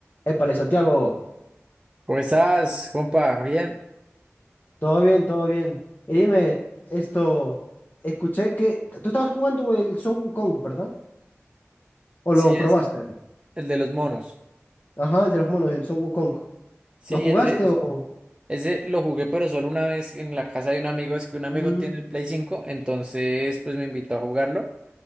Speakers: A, on the left (about 40°); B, on the right (about 20°).
A: Épale, Santiago,
B: ¿Cómo estás, compa? Bien.
A: todo bien, todo bien. Y dime, esto, escuché que tú estabas jugando el Son Wukong, ¿verdad? ¿O
B: Sí,
A: lo
B: es
A: probaste?
B: el de los monos.
A: Ajá, el de los monos, el Son Wukong.
B: Sí,
A: ¿Lo jugaste
B: ese, ese
A: o...?
B: ese lo jugué, pero solo una vez en la casa de un amigo. Es que un
A: Mm,
B: amigo tiene el Play cinco entonces pues me invitó a jugarlo.